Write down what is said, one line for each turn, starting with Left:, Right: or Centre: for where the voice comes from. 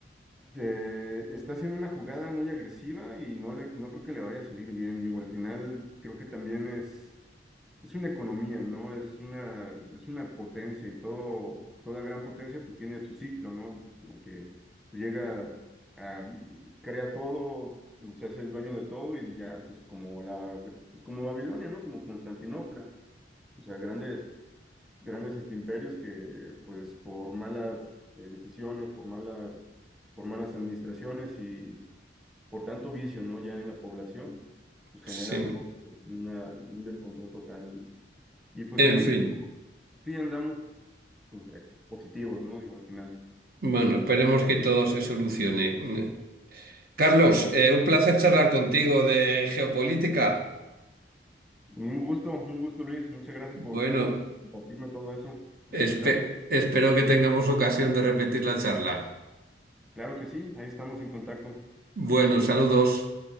Centre: eh, está haciendo una jugada muy agresiva y no le, no creo que le vaya a salir bien, digo, al final creo que también es es una economía, ¿no? Es una, es una potencia y todo, toda gran potencia pues tiene su ciclo, ¿no? Como que llega a, crea todo, se hace el dueño de todo y ya pues como la, pues como Babilonia, ¿no? Como Constantinopla. O sea, grandes, grandes este, imperios que pues por malas eh, decisiones, por malas, por malas administraciones y por tanto vicio, ¿no? Ya en la población, pues generan,
Right: sí.
Centre: ¿no? Una, un descontrol total. Y pues
Right: En
Centre: en México
Right: fin,
Centre: Sí, andamos pues, eh, positivos, ¿no? Digo, al final.
Right: bueno, esperemos que todo se solucione. Carlos,
Centre: Pero
Right: eh, un placer charlar contigo de geopolítica.
Centre: un gusto, un gusto, Luis. Muchas gracias
Right: Bueno.
Centre: por, por compartirme todo eso. Y
Right: Espe-
Centre: ahí está.
Right: espero que tengamos ocasión de repetir la charla.
Centre: Claro que sí, ahí estamos en contacto. Hasta
Right: Bueno, saludos.